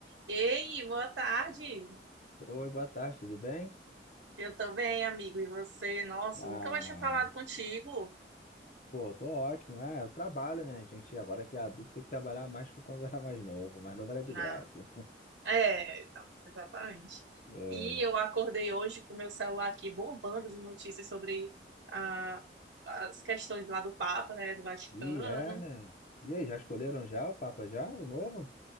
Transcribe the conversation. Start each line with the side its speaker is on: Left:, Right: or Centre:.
Right: Ei, boa tarde.
Left: Oi, boa tarde, tudo bem?
Right: Eu tô bem, amigo. E você? Nossa,
Left: Ah,
Right: nunca mais tinha falado contigo.
Left: pô, tô ótimo, né? Eu trabalho, né? A gente agora que é adulto tem que trabalhar mais que quando era mais novo. Mais novo era de
Right: Não,
Left: graça.
Right: É, nossa, exatamente.
Left: É,
Right: E eu acordei hoje com o meu celular aqui bombando de notícias sobre ah, as questões lá do Papa, né, do Vaticano.
Left: e é, né? E aí, já escolheram já o Papa já, o novo?